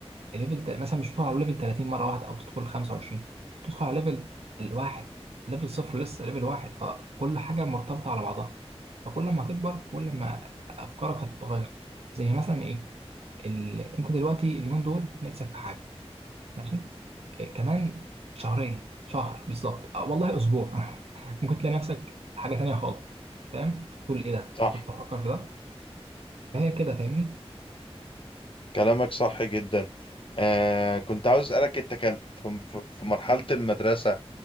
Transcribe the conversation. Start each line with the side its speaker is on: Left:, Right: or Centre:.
Right: الليفل تل- مثلا مش بتدخل على ليفل 30 مره واحده او تدخل 25 بتدخل على ليفل الواحد ليفل صفر لسه ليفل واحد فكل حاجه مرتبطه على بعضها فكل ما هتكبر كل ما افكارك هتتغير زي مثلا ايه ال... انت دلوقتي اليومين دول نفسك في حاجه ماشي إيه، كمان شهرين شهر بالظبط آه، والله اسبوع <laughs> ممكن تلاقي نفسك حاجه تانية خالص فاهم تقول ايه ده
Left: صح
Right: انا كنت بفكر في ده فهي كده فاهمني
Left: كلامك صح جدا آه كنت عاوز أسألك أنت كان في في- في مرحلة المدرسة